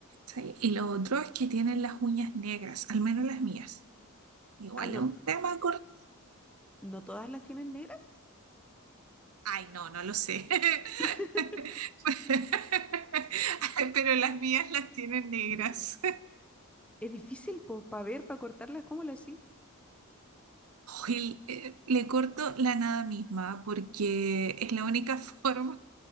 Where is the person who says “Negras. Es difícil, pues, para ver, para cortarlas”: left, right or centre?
Centre